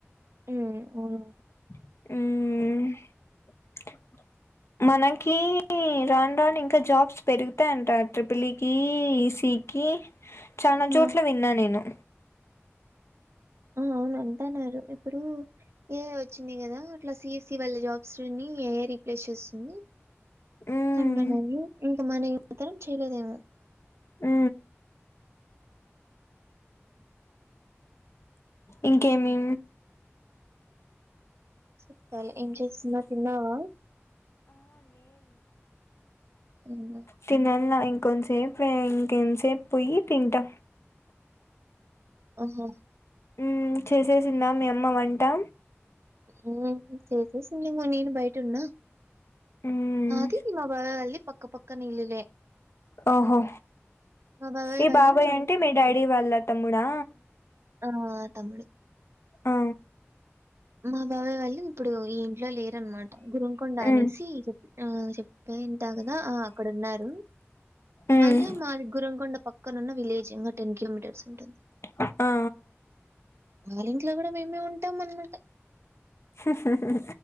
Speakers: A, on the right; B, on the left.
A: ఉ అవును
B: హుఊఊఉ మనకి రాను రాను ఇంకా జాబ్స్ పెరుగుతాయి అంట ట్రిపుల్ ఈ కి ఈసిఇ కి చాలా
A: ఆ!
B: చోట్ల విన్నా
A: అవును.
B: నేను
A: ఆ అవును అంటన్నరు ఇప్పుడు ఏ చ్చింది కదా అట్లా సి ఎస్ సివలి జాబ్స్ ని రీప్లేస్ చేస్తుంది
B: ఉమ్
A: తిండ నువు ఉ మన యువతరం చేయలేదేమో
B: ఊ ఇంకేమి
A: చెప్పాలి ఏం చేస్తున్న తిన్నావా హ్మ్.
B: తినాల ఇం కొంసేపు వెయ్ ఇంకేం సేప్ పోయి తింటా
A: ఓహో
B: ఉ చేసేసిందా మీ అమ్మ వంటా
A: ఉ చేసేసిందేమో నేను బయట ఉన్న
B: ఉమ్
A: ఆది మా బాగగలి పక్క పక్కన ఇల్లులే
B: ఒహో
A: మా
B: ఈ
A: వాళ్ళు
B: బాబాయ్ అంటే మీ డాడీ వాళ్ళ తమ్ముడా
A: ఆ తమ్ముడు
B: అ
A: మా బాబాయ్ వాళ్ళు ఇప్పుడు ఈ ఇంట్లో లేరనమాట గోల్కొండ
B: ఉమ్
A: అనేసి చెప్పి ఆ చెప్ ఏంటా కదా ఆ అక్కడ ఉన్నారు
B: ఉమ్
A: మళ్ళీ మాది గురంకొండ పక్కన ఉన్న విలేజ్ ఇంకా టెన్ కిలోమీటర్ సుంటుంది
B: ఆ ఆ
A: వాళ్ళ ఇంట్లో కూడా మేమే ఉంటాం మనము
B: హా హా హా